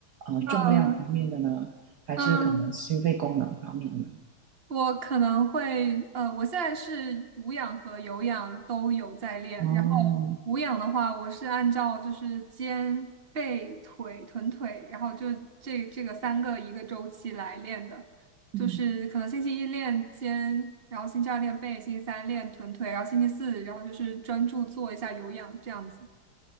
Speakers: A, on the right; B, on the right.
A: 呃重量方面的呢，
B: 嗯
A: 还是可能心肺功能方面的呢？
B: 嗯，我可能会，呃，我现在是无氧和有氧都有在练。
A: 哦，
B: 然后无氧的话，我是按照就是肩、背、腿、臀腿，然后就这这个三个一个周期来练的。
A: 嗯，
B: 就是可能星期一练肩，然后星期二练背，星期三练臀腿，然后星期四，然后就是专注做一下有氧这样子。